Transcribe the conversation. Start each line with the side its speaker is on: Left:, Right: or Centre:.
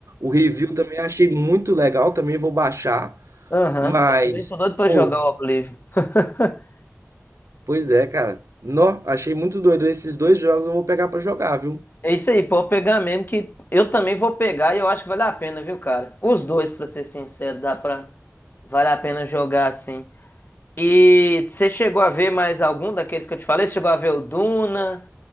Right: o review também, achei muito legal, também vou baixar.
Left: Aham,
Right: Mas,
Left: eu também tô doido pra
Right: pô,
Left: jogar o Oblivion. <laughs>
Right: pois é, cara. Nó, achei muito doido. Esses dois jogos eu vou pegar pra jogar, viu?
Left: É isso aí, pode pegar mesmo que eu também vou pegar e eu acho que vale a pena, viu, cara? Os dois, pra ser sincero, dá pra. Vale a pena jogar assim. E você chegou a ver mais algum daqueles que eu te falei? Você chegou a ver o Duna?